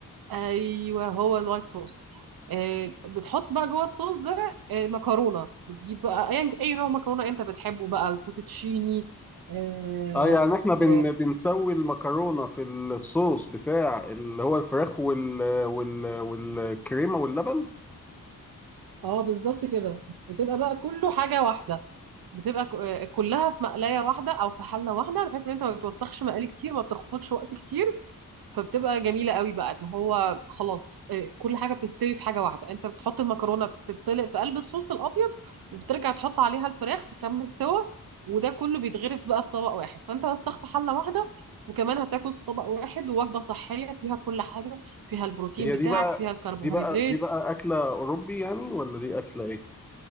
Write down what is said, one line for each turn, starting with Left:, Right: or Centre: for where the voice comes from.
Right: ايوه هو الوايت صوص آه، بتحط بقى جوه الصوص ده آه، مكرونه بتجيب بقى اي أي نوع مكرونه انت بتحبه بقى الفوتوتشيني آه،
Centre: اه يعني احنا بن
Right: آه،
Centre: بنسوي المكرونه في الصوص بتاع اللي هو الفراخ وال وال والكريمه واللبن
Right: اه بالظبط كده بتبقى بقى كله حاجة واحدة بتبقى ك- آه، كلها في مقلاية واحدة او في حلة واحدة بحيث ان انت ما بتوسخش مقالي كتير ما بتاخدش وقت كتير فبتبقى جميلة قوي بقى اللي هو خلاص آه، كل حاجة بتستوي في حاجة واحدة انت بتحط المكرونة بتتسلق في قلب الصوص الابيض وبترجع تحط عليها الفراخ تكمل سوا وده كله بيتغرف بقى في طبق واحد فانت وسخت حلة واحدة وكمان هتاكل في طبق واحد ووجبة صحية فيها كل حاجة فيها البروتين
Centre: هي
Right: بتاعك
Centre: دي بقى
Right: فيها الكربوهيدرات
Centre: دي بقى دي بقى اكله اوروبي يعني ولا دي اكله ايه